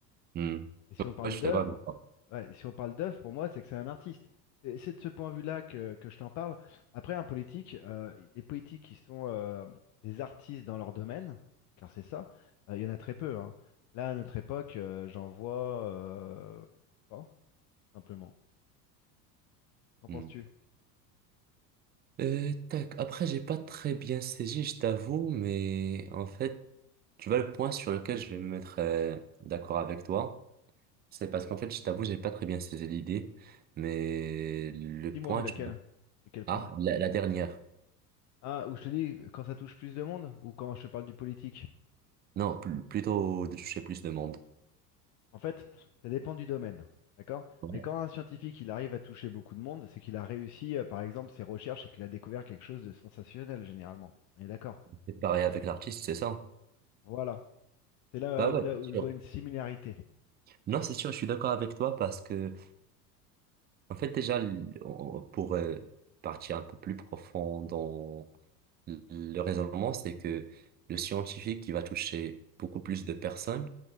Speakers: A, on the right; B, on the left.
A: Hmm.
B: Et si on parle
A: Ouais, je suis
B: d'œuvre,
A: d'accord avec toi.
B: ouais, si on parle d'œuvre, pour moi, c'est que c'est un artiste. Et C'est de ce point de vue-là que, que je t'en parle. Après, un politique, euh, les politiques qui sont euh, des artistes dans leur domaine, car c'est ça, euh, il y en a très peu, hein. Là, à notre époque, euh, j'en vois euh, pas, simplement. Qu'en penses-tu?
A: Hmm. Euh, tac. Après, j'ai pas très bien saisi, je t'avoue, mais en fait, Tu vois, le point sur lequel je vais me mettre euh, d'accord avec toi, c'est parce qu'en fait, je t'avoue, j'ai pas très bien saisi l'idée, mais le
B: Dis-moi,
A: point,
B: laquelle?
A: tu vois-
B: De quel point?
A: ah, la, la dernière.
B: Ah, ou je te dis quand ça touche plus de monde, ou quand je te parle du politique?
A: Non, pl- plutôt de toucher plus de monde.
B: En fait, ça dépend du domaine, d'accord?
A: Ouais.
B: Mais quand un scientifique il arrive à toucher beaucoup de monde, c'est qu'il a réussi, euh, par exemple, ses recherches et qu'il a découvert quelque chose de sensationnel, généralement. On est d'accord?
A: C'est pareil avec l'artiste, c'est ça?
B: Voilà. C'est là
A: Bah ouais,
B: où, là où
A: c'est
B: je vois
A: sûr.
B: une similarité.
A: Non, c'est sûr, je suis d'accord avec toi parce que, en fait, déjà, l- on- pour euh, partir un peu plus profond dans l- le raisonnement, c'est que le scientifique qui va toucher beaucoup plus de personnes,